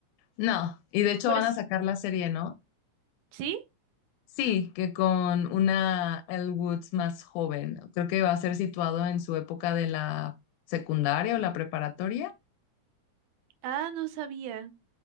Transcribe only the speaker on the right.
Por
eso.
¿Sí?
Ah, no sabía.